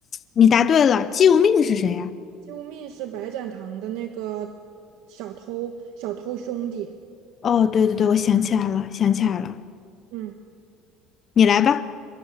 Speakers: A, on the left; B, on the right.
A: 你答对了，姬无命是谁呀、
B: 救命是白展堂的那个小偷，小偷兄弟。
A: 哦，对对对，我想起来了，想起来了，
B: 嗯。
A: 你来吧。